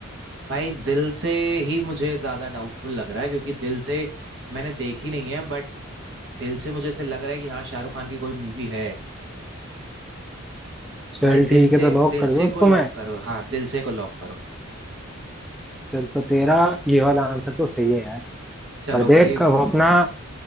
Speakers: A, on the right; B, in the centre.
A: भाई दिल से ही मुझे ज्यादा डाउटफुल लग रहा है क्योंकि दिल से मैंने देखी नहीं है बट दिल से मुझे ऐसे लग रहा है कि हाँ शाहरुख खान की कोई मूवी है
B: चल
A: भाई
B: ठीक
A: दिल
B: है
A: से
B: तो लॉक
A: दिल
B: कर
A: से
B: दो इसको
A: को लॉक
B: मैं
A: करो हाँ दिल से को लॉक करो
B: चल तो तेरा ये वाला आंसर तो सही है यार
A: चलो
B: पर देख
A: भाई
B: अब अपना